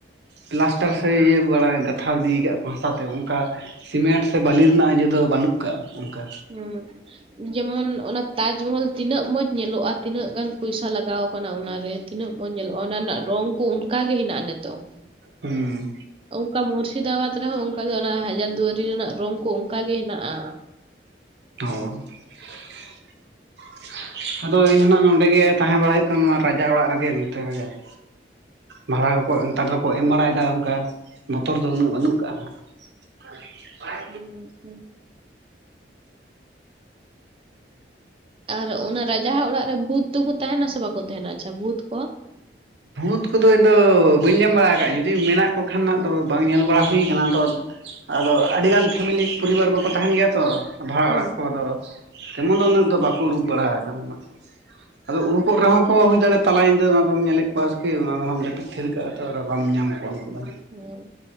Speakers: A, on the right; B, on the right.
A: ᱯᱞᱟᱥᱴᱟᱨ ᱥᱮ ᱤᱭᱟᱹ ᱵᱟᱲᱟ ᱜᱟᱛᱷᱟᱣ ᱤᱫᱤ ᱠᱟᱜᱼᱟ ᱠᱚ ᱦᱟᱥᱟᱛᱮ ᱚᱱᱠᱟ ᱾ ᱥᱤᱢᱮᱱᱴ ᱥᱮ ᱵᱟᱹᱞᱤ ᱨᱮᱱᱟᱜ ᱤᱭᱟᱹ ᱫᱚ ᱵᱟᱹᱱᱩᱜ ᱠᱟᱜ-ᱟ ᱚᱱᱠᱟ
B: ᱦᱩᱸ ᱡᱮᱢᱚᱱ ᱚᱱᱟ ᱛᱟᱡᱢᱚᱦᱚᱞ ᱛᱤᱱᱟᱹᱜ ᱢᱚᱸᱡᱽ ᱧᱮᱞᱚᱜ-ᱟ ᱛᱤᱱᱟᱹᱜ ᱜᱟᱱ ᱯᱚᱭᱥᱟ ᱞᱟᱜᱟᱣ ᱠᱟᱱᱟ ᱚᱱᱟᱨᱮ ᱛᱤᱱᱟᱹᱜ ᱵᱚᱱ ᱧᱮᱞᱚᱜ-ᱟ ᱚᱱᱟ ᱨᱮᱱᱟᱜ ᱨᱚᱝ ᱠᱚ ᱚᱱᱠᱟ ᱜᱮ ᱦᱮᱱᱟᱜ-ᱟ ᱱᱤᱛᱚᱜ ᱦᱚᱸ
A: ᱦᱩᱸ
B: ᱚᱱᱠᱟ ᱢᱩᱨᱥᱤᱫᱟᱵᱟᱫᱽ ᱨᱮᱦᱚᱸ ᱚᱱᱠᱟ ᱜᱮ ᱚᱱᱟ ᱦᱟᱡᱟᱨ ᱫᱩᱣᱟᱨᱤ ᱨᱮᱱᱟᱜ ᱨᱚᱝ ᱠᱚ ᱚᱱᱠᱟ ᱜᱮ ᱦᱮᱱᱟᱜᱼᱟ ᱾‍‍ <inaudible>
A: ᱦ <unintelligible> ᱟᱫᱚ ᱤᱧ ᱦᱚᱸᱱᱟᱜ ᱱᱚᱰᱮᱜᱮ ᱛᱟᱦᱮᱸ ᱵᱟᱲᱟ ᱦᱩᱭᱩᱜ ᱠᱟᱱᱟ ᱱᱚᱣᱟ ᱨᱟᱡᱟ ᱚᱲᱟᱜ ᱨᱮᱜᱮ ᱱᱚᱛᱮ ᱨᱮᱜᱮ ᱾
B: <inaudible>
A: ᱵᱷᱟᱲᱟ ᱠᱚᱠᱚ ᱱᱮᱛᱟᱨ ᱫᱚᱠᱚ ᱮᱢ ᱵᱟᱲᱟᱭᱮᱫᱟ ᱚᱱᱠᱟ ᱵᱚᱛᱚᱨ ᱫᱚ ᱩᱱᱟᱹᱜ ᱵᱟᱹᱱᱩᱜ ᱠᱟᱜᱼᱟ ᱱᱟᱜ ᱾ <unintelligible>
B: ᱦᱸ ᱟᱪᱷᱟ ᱾ ᱟᱨ ᱚᱱᱟ ᱨᱟᱡᱟᱦᱟᱜ ᱚᱲᱟᱜ ᱨᱮ ᱵᱷᱩᱛ ᱫᱚᱠᱚ ᱛᱟᱦᱮᱱᱟ ᱥᱮ ᱵᱟᱠᱚ ᱛᱟᱦᱮᱱᱟ ᱟᱪᱪᱷᱟ ᱵᱷᱩᱛ ᱠᱚ?
A: ᱵᱷᱩᱛ ᱠᱚᱫᱚ ᱤᱧᱫᱚ ᱵᱟᱹᱧ ᱧᱟᱢ ᱵᱟᱲᱟ ᱠᱟᱜᱼᱟ ᱡᱩᱫᱤ ᱢᱮᱱᱟᱜ ᱠᱚ ᱠᱷᱟᱱ ᱱᱷᱟᱜ ᱫᱚ ᱵᱟᱝ ᱧᱮᱞ ᱵᱟᱲᱟ ᱦᱩᱭ ᱠᱟᱱᱟ ᱟᱫᱚ ᱟᱫᱚ ᱟᱹᱰᱤᱜᱟᱱ ᱯᱷᱮᱢᱮᱞᱤ ᱯᱚᱨᱤᱵᱟᱨ ᱠᱚᱠᱚ ᱛᱟᱦᱮᱱ ᱜᱮᱭᱟ ᱛᱚ ᱾ ᱵᱷᱟᱲᱟ
B: ᱦᱩᱸ
A: ᱚᱲᱟᱜ ᱠᱚᱫᱚ ᱮᱢᱚᱱ ᱫᱚ ᱩᱱᱟᱹᱜ ᱫᱚ ᱵᱟᱠᱚ ᱩᱰᱩᱠ ᱵᱟᱲᱟ ᱠᱟᱱᱟ ᱱᱷᱟᱜ ᱾ ᱟᱫᱚ ᱩᱲᱩᱠᱚᱜ ᱨᱮᱦᱚᱸ ᱠᱚ ᱦᱩᱭ ᱫᱟᱲᱮᱭᱟᱜ ᱛᱟᱞᱟ ᱧᱤᱫᱟᱹ ᱟᱫᱚᱢ ᱧᱮᱞᱮᱫ ᱠᱚᱥᱠᱤ ᱚᱱᱟᱦᱚᱢ ᱡᱟᱹᱯᱤᱫ ᱛᱷᱤᱨ ᱠᱟᱜᱼᱟ ᱛᱚ ᱟᱫᱚ ᱵᱟᱢ ᱧᱟᱢᱮᱫ ᱠᱚᱣᱟ ᱩᱱᱠᱩ ᱫᱚ᱾
B: ᱦᱮᱸ